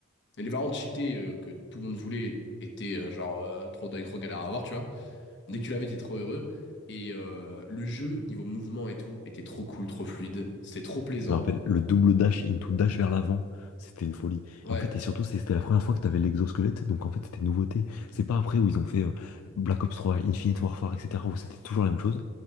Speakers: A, on the left; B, on the left.
A: Et les variantes cheatées euh, que tout le monde voulait étaient euh, genre euh, trop, trop galères à avoir, tu vois. Dès que tu l'avais, t'étais trop heureux. Et euh, le jeu, niveau mouvement et tout, était trop cool, trop fluide. C'était trop plaisant.
B: je me rappelle, le double dash into dash vers l'avant, c'était une folie.
A: Ouais,
B: Et en fait, et surtout, c'est- c'était la première fois que t'avais l'exosquelette, donc en fait, c'était une nouveauté. C'est pas après où ils ont fait euh, Black Ops trois, Infinite Warfare, etc., où c'était toujours la même chose.